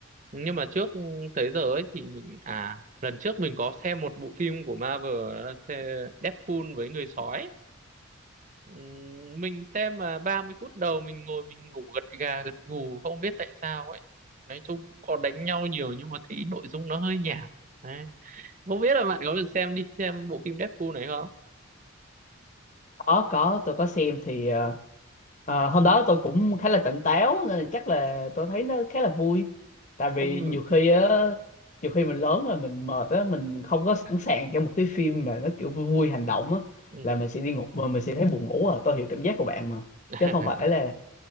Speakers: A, on the right; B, on the left.
A: nhưng mà trước tới giờ ấy thì mình à lần trước mình có xem một bộ phim của Marvel đó là Deadpool với người sói ấy. Ừm, mình xem mà 30 phút đầu mình ngồi mình ngủ gật gà gật gù không biết tại sao ấy nói chung cũng có đánh nhau nhiều nhưng mà thấy nội dung nó hơi nhảm Đấy. không biết là bạn có được xem đi xem bộ phim Deadpool này không
B: có có tôi có xem thì ờ, ờ, hôm đó tôi cũng khá là tỉnh táo nên là chắc là tôi thấy nó khá là vui tại vì
A: không
B: nhiều khi á nhiều khi mình lớn rồi mình mệt á mình không có sẵn sàng cho một cái phim mà nó kiểu vui vui hành động á
A: ừ.
B: là mình sẽ đi ngủ mà mình sẽ thấy buồn ngủ à tôi hiểu cảm giác của bạn mà
A: <laughs>
B: chứ không phải là